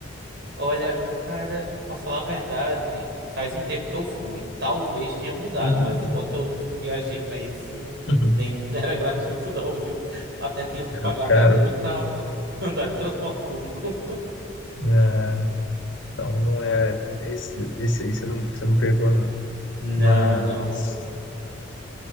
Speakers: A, on the right; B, on the left.
A: Olha, cara, pra falar a verdade, faz um tempo que eu fui. Talvez tenha mudado,
B: Uhum.
A: mas enquanto eu viajei pra esse, hum,
B: <laughs>
A: nenhum <laughs> era gratuito não, viu? Até tive que
B: Era
A: pagar até
B: caro.
A: muito pra poder <laughs> andar de transporte público.
B: É, então, não é. Esse, esse aí você não, você não pegou, não.
A: Não,
B: Mas.
A: não.